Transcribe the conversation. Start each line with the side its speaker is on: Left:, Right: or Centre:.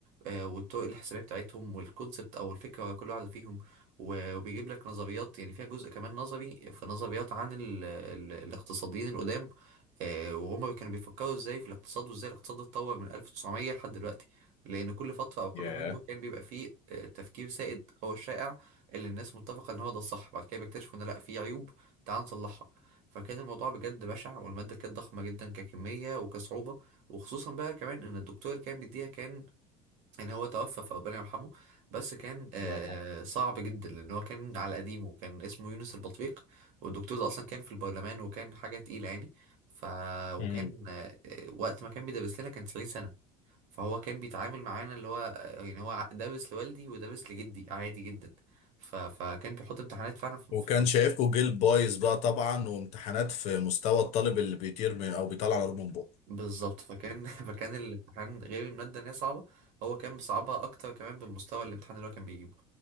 Right: آه، والطرق الحسابية بتاعتهم والكونسبت أو الفكرة ورا كل واحدة فيهم و- وبيجيب لك نظريات يعني فيها جزء كمان نظري في نظريات عن ال ال الاقتصاديين القدام آه، وهما كانوا بيفكروا ازاي في الاقتصاد وازاي الاقتصاد اتطور من 1900 لحد دلوقتي لأن كل فترة أو كل
Left: ياه
Right: حقبة كان بيبقى فيه آه، تفكير سائد أو شائع اللي الناس متفقة إن هو ده الصح بعد كده بيكتشفوا إن لأ في عيوب تعال نصلحها فكان الموضوع بجد بشع والمادة كانت ضخمة جدا ككمية وكصعوبة وخصوصا بقى كمان إن الدكتور اللي كان بيديها كان يعني هو توفى فربنا يرحمه بس كان آه
Left: الله يرحمه
Right: صعب جدا لان هو كان على قديمه وكان اسمه يونس البطريق والدكتور ده اصلا كان في البرلمان وكان حاجه تقيله يعني ف وكان
Left: امم
Right: آه وقت ما كان بيدرس لنا كان 90 سنه فهو كان بيتعامل معانا اللي هو آه، يعني هو ع- درس لوالدي ودرس لجدي عادي جدا ف... فكان بيحط امتحانات فعلا في...
Left: وكان
Right: في...
Left: شايفكوا جيل بايظ بقى طبعا وامتحانات في مستوى الطالب اللي بيطير من أو بيطلع نار من بقه
Right: بالظبط فكان <laughs> فكان الامتحان غير الماده ان هي صعبه هو كان مصعبها اكتر كمان بالمستوى الامتحان اللي هو كان بيجيبه